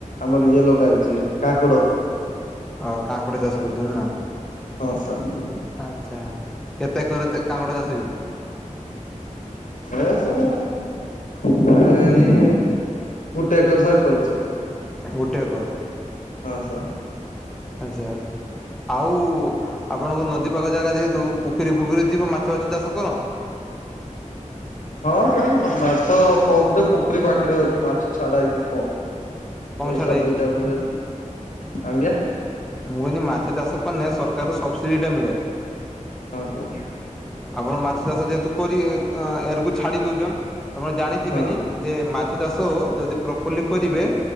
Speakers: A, on the left (about 80°); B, in the centre.
A: ଆମର ଇଏ ଲଗା ହେଇଛି କାଙ୍କଡ।
B: ଅ କାଙ୍କଡ଼ ଚାଷ କରିଛନ୍ତି ନା।
A: ହଁ ସାର୍।
B: ଆଚ୍ଛା କେତେ ଏକର କାଙ୍କଡ଼ ଚାଷ ହେଇଛି?
A: ଏ ତ ଏଇ ଗୋଟେ ଏକର ସାର୍ କରିଚୁ।
B: ଗୋଟେ ଏକର।
A: ହଁ ସାର୍।
B: ଆଚ୍ଛା। ଆଉ ଆପଣଙ୍କ ନଦୀପାଖ ଜାଗା ଯେହେତୁ ପୋଖରୀ ଫୁଖରୀ ଥିବ ମାଛ ଫାଛ ଚାଷ କରୁ
A: ହଁ ସାର୍ ମାଛ ଗୋଟେ ପୋଖରୀ ପାଖରେ ଅଛି ମାଛ ଛାଡା ହେଇଛି କମ୍।
B: କମ୍
A: ପଇସା
B: ଛାଡ଼ ହେଇଛି
A: ପଇ ତା ଉପୁରା ଆଜ୍ଞା।
B: ମୁଁ କହିଲି ମାଛ ଚାଷ କନେ ସରକାରୁ ସବସିଡି ଟା ମିଳେ।
A: କଣ କରଚୁ?
B: ଆପଣ ମାଛ ଚାଷ ଯେହେତୁ କରିବେ ଏରକୁ ଛାଡି ଦଉଛନ୍ ଆପଣ ଜାଣିଥିବେନି
A: ହଁ
B: ଯେ ମାଛ ଚାଷ ଯଦି ପ୍ରପର୍ଲି କରିବେ